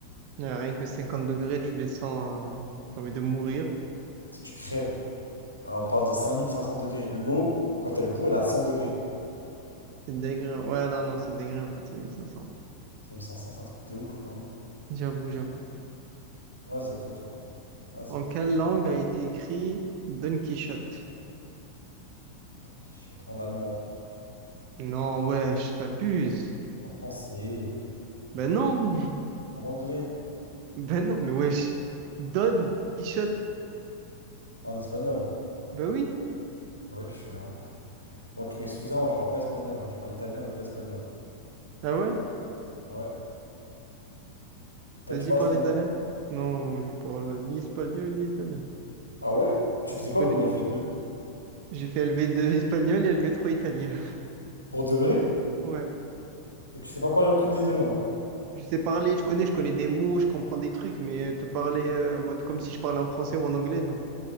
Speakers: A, on the right; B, on the left.
A: euh, rien que 50 degrés, tu les sens, euh, j'ai envie de mourir.
B: Si tu crèves, Alors, on parle de 5500 degrés. L'eau, quand elle bout, elle a 100 degrés.
A: C'est dégré. Ouais, non, non, c'est dégré en fait, cinq mille cinq 500.
B: 5500, c'est un truc de ouf, vraiment.
A: J'avoue, j'avoue.
B: Vas-y, à ton tour. Vas-y.
A: En quelle langue a été écrit Don Quichotte?
B: Tanky shot. En allemand,
A: Non, wesh, t'abuses.
B: en français,
A: Ben non,
B: en anglais,
A: <laughs> ben non, mais wesh. Don Quichotte.
B: en espagnol.
A: Ben oui,
B: Ouais, je suis un ouf. Bon, tu m'excuseras, moi je parle pas espagnol, hein. Je parle italien mais pas espagnol.
A: ah ouais?
B: Ouais. Toi,
A: Vas-y,
B: tu parles
A: parle
B: espagnol?
A: italien. Non, je parle ni espagnol ni italien.
B: Ah ouais? Tu faisais quoi
A: connais-
B: comme lv deux
A: J'ai fait LV2 espagnol et LV3 italien. <laughs>
B: Pour de vrai?
A: Ouais.
B: Et tu sais pas parler aucune des deux langues?
A: Je sais parler, je connais, je connais des mots, je comprends des trucs, mais te parler euh, mode comme si je parlais en français ou en anglais, non.